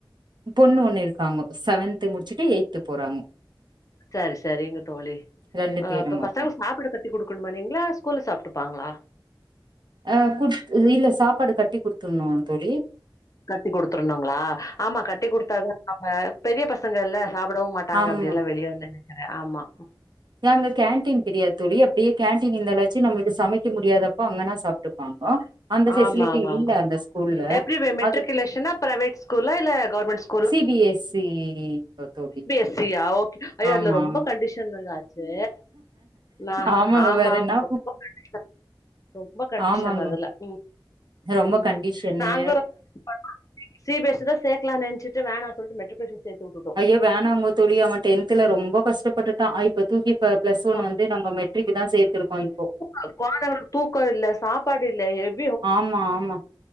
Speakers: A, on the right; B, on the left.
A: பொண்ணு ஒண்ணு இருக்காங்கோ செவன்த்து முடிச்சுட்டு எயி்ட்த்து போறாங்கோ
B: சரி சரிங்க தோழி
A: ரெண்டு
B: அ
A: பேரு
B: இப்ப
A: மட்டு
B: பசங்க சுமாப்பிட கத் கட்டி குடுக்கணுமா நீங்க இல்ல ஸ்கூல்ல சாப்பிட்டுப்பாங்களா
A: ஆ குத் இல்ல சாப்பாடு கட்டி குடுத்துன்ணு தோழி
B: கட்டி குடுத்துருணுங்களா ஆமா கட்டி குடுத்தா அ பெரிய பசங்க இல்ல விடவு மாட்டாங்க
A: ஆமா
B: அப்டியெல்லா வெளிய வந்து நிக்கிற ஆம்மா
A: ஏ அங்க கேண்டீன் கிடையா தோழி அப்டியே கேண்டீன் இருந்தாலாச்சு நம்மளுக்கு சமை க்க முடியாதப்போ அங்கனா சாப்ட்டுப்பாங்கோ அந்த ஃபெசிலிட்டி
B: ஆமா ஆமா
A: இல்ல
B: ஆமா
A: அந்த ஸ்கூல்ல
B: எப்டி மெட்ரிகுலேசனா
A: அது
B: பிரைவேட் ஸ்கூல்ல இல்ல கவுர்மெண்ட் ஸ்
A: சி பி எஸ் இ தோழி
B: அப்டியா ஓகே அய்யோ
A: ஆமா
B: அதுல ரொம்ப
A: ஆமா
B: கண்டிஷன்ங்க காச்சே நா
A: ஆமாங்க
B: ஆமா
A: வேற என்னா
B: ரொம்ப கண்டிஷன் ரொம்ப கண்டிஷன்
A: ஆமாங்க
B: அதுல ம்
A: ரொம்ப
B: ம்
A: கண்டிஷனு
B: நாங்களு ரொம்ப <unintelligible> சி பி எஸ் சிதா சேக்கலானு நெனச்சுட்டு வேணா சொல்ட்டு மெட்ரிகுலேசன் சேத்து வுட்டுட்
A: ஐயோ வேணாங்க தோழி அவன் டென்த்துல ரொம்ப கஷ்டப்பட்டுட்டா இப்ப தூக்கி இப்ப ப்பிளஸ்
B: ஆமா
A: ஒன் வந்து நாங்க மெட்ரிக்கு தா சேத்திருக்கோ இப்போ
B: அ கொழந்தைங்களுக்கு தூக்கோ இல்ல சாப்பாடு இல்ல எது
A: ஆமா ஆமா